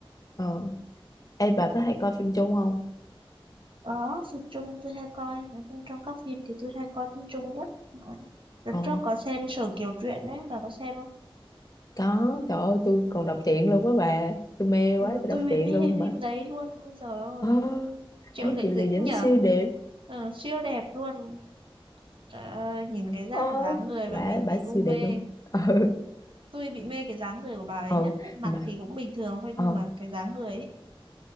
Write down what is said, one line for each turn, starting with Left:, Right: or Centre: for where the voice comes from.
Left: ờ Ê bà có hay coi phim chung không
Right: Có, phim Trung tôi hay coi, nói chung trong các phim thì tôi hay coi phim Trung nhất. Đó. Đợt
Left: ờ
Right: trước có xem Sở Kiều Truyện đấy, bà có xem không?
Left: có trời ơi tôi còn đọc truyện luôn á bà tôi mê
Right: Ừ,
Left: quá tôi
Right: tôi
Left: đọc
Right: bị
Left: truyện
Right: mê
Left: luôn
Right: hay phim
Left: mà
Right: đấy luôn, ôi giời ơi,
Left: ờ
Right: Triệu
Left: Ê,
Right: Lệ
Left: chị là
Right: Dĩnh nhở,
Left: dính siêu đều
Right: Ờ, siêu đẹp luôn. Trời ơi, nhìn cái dáng
Left: Ờ,
Right: dáng người mà
Left: bả
Right: mình
Left: bả
Right: bị
Left: siêu
Right: u mê.
Left: đẹp luôn <laughs> ừ
Right: Tôi bị mê cái dáng người của bà ấy
Left: ừ
Right: nhất ấy. Mặt
Left: mà
Right: thì cũng bình thường thôi
Left: ờ
Right: nhưng mà cái dáng người ấy,